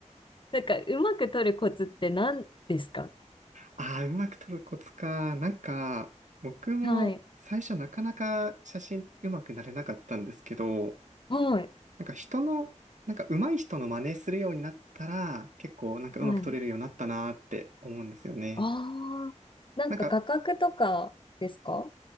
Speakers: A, on the left (about 40°); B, on the right (about 70°).
A: なんか、うまく取るコツって何ですか
B: ああ、うまく撮るコツか。なんか、僕も最初なかなか写真うまくなれなかったんですけど、
A: はい。はい。
B: なんか人の、なんか上手い人の真似するようになったら、結構なんかうまく撮れるようになったなーって思うんですよね。
A: はい。ああ、なんか画角とかですか
B: なんか、